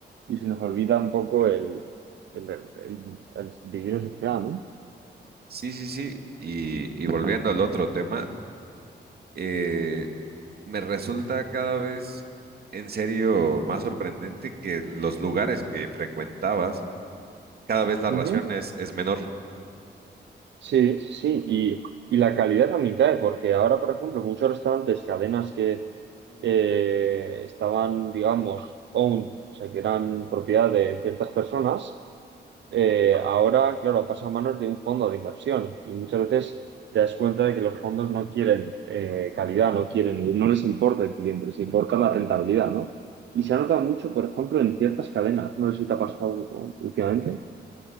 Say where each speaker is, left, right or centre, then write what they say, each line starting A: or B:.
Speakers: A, on the right; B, on the right.
A: y se nos olvida un poco el, el, el- el- el vivir en sociedad, ¿no?
B: Sí, sí, sí. Y, y volviendo al otro tema. eh, me resulta cada vez en serio más sorprendente que los lugares que frecuentabas, cada vez la
A: Ujú.
B: ración es, es menor.
A: Sí, sí, sí. Y, y la calidad también cae, porque ahora, por ejemplo, muchos restaurantes, cadenas que eh, estaban, digamos, owned, o sea, que eran propiedad de ciertas personas, eh, ahora, claro, pasa a manos de un fondo de inversión y muchas veces te das cuenta de que los fondos no quieren eh, calidad, no quieren, no les importa el cliente, les importa la rentabilidad, ¿no? Y se nota mucho, por ejemplo, en ciertas cadenas. No sé si te ha pasado ¿no? últimamente.